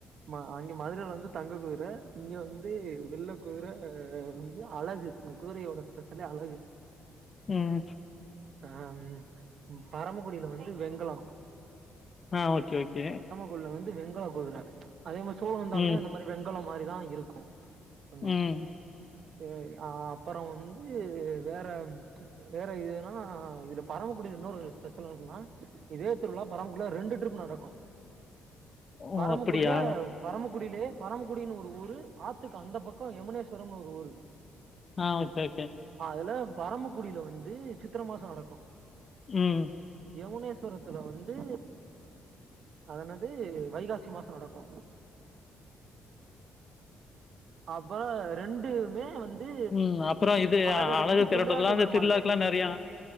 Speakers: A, on the right (about 60°); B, on the left (about 35°).
A: மா அங்க மதுரைல வந்து தங்க குதிர இங்க வந்து வெள்ள குதிர வந்து அழகு இங்க குதிரையோட ஸ்பெஷலே அழகு
B: ம்
A: அதாவது பரமக்குடியில வந்து வெங்கல
B: ஆ ஓகே ஓகே
A: குள்ள வந்து வெங்கல குதுற அதே மாரி சோ வந்த
B: ம்
A: உடனே அந்த மாதிரி வெங்கலம் மாரிதா இருக்கு பண்னோ
B: ம்
A: சேரி அப்பரோ வந்து வேற ம் வேற இதென்னன்னா இதுல பரமக்குடியில இன்னொரு ஸ்பெஷலென்னன்னா இதே திருவிழா பரமகுடியில ரெண்டு ட்ரிப் நடக்கும்
B: ஓ
A: பரமக்குள்ள
B: அப்படியா
A: பரமக்குடியிலயே பரமக்குடினு ஒரு ஊரு ஆத்துக்கு அந்த பக்கம் யமுனேஸ்வரம்னு ஒரு ஊரு
B: ஆ ஓகே ஓகே
A: அதுல பரமக்குடியில வந்து சித்திர மாச நடக்கும்
B: ம்
A: யமுனேஸ்வரத்துல வந்து அது என்னது வைகாசி மாச நடக்கு அப்பற ரெண்டுமே வந் து
B: ம் அப்புறோ இது
A: அழகர்
B: அழகு
A: வந்து
B: திரட்டத்துலா
A: சுந்தராஜபெருமாள்தே
B: இந்த திருவிழாக்குலா நெறையா